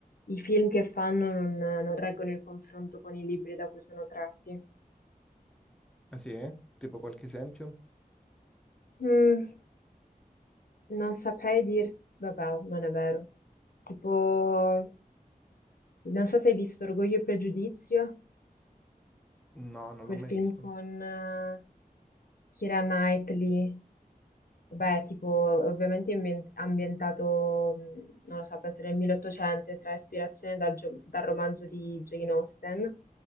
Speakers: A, on the left; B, in the centre.
A: i film che fanno non, non reggono il confronto con i libri da cui sono tratti.
B: Ah sì? Tipo qualche esempio?
A: Mm, non saprei dir, vabbè, non è vero. Tipo, non so se hai visto Orgoglio e Pregiudizio,
B: No, non
A: quel
B: l'ho mai
A: film
B: visto.
A: con eh, Keira Knightley. Beh, tipo, ovviamente ambien- ambientato, mh, non lo so, penso nel 1800, e trae ispirazione dal, gio- dal romanzo di Jane Austen,